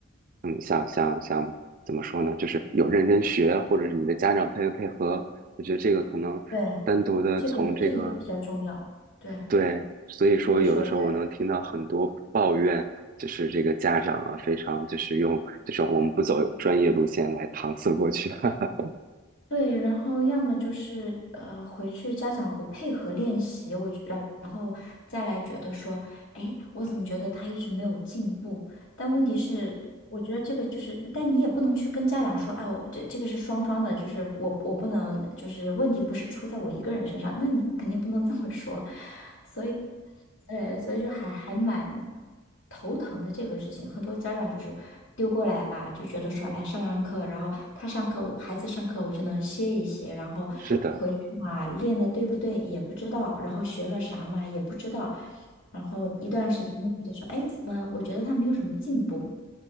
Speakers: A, on the right; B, on the left.
A: 嗯，想想想怎么说呢？就是有认真学，或者是你的家长配不配合？我觉得这个可能单独的从这个，
B: 对，这个这个会比较重要，对，
A: 对，所以说有的时候我能听到很多抱怨，
B: 你说对。
A: 就是这个家长啊，非常就是用这种我们不走专业路线来搪塞过去。<laughs>
B: 对，然后要么就是呃回去家长不配合练习，我觉然然后再来觉得说，哎，我怎么觉得他一直没有进步？但问题是，我觉得这个就是，但你也不能去跟家长说，啊，我这这个是双方的，就是我我不能，就是问题不是出在我一个人身上，那你肯定不能这么说，所以，呃，所以就还还蛮头疼的这个事情。很多家长就是丢过来吧，就觉得说，哎，上完课，然后他上课，我孩子上课，我就能歇一歇，然后回去嘛，
A: 是的。
B: 练的对不对也不知道，然后学了啥嘛也不知道，然后一段时间就觉得说，哎，怎么我觉得他没有什么进步？